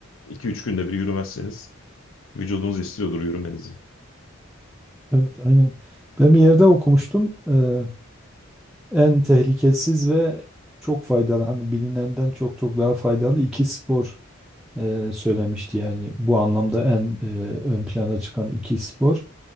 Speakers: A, on the left (about 70°); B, in the centre.
A: 2-3 günde bir yürümezseniz vücudunuz istiyordur yürümenizi.
B: Evet, aynen. Ben bir yerde okumuştum. Eee, en tehlikesiz ve çok faydalı, hani bilinenden çok çok daha faydalı iki spor eee, söylemişti. Yani bu anlamda en eee, ön plana çıkan iki spor.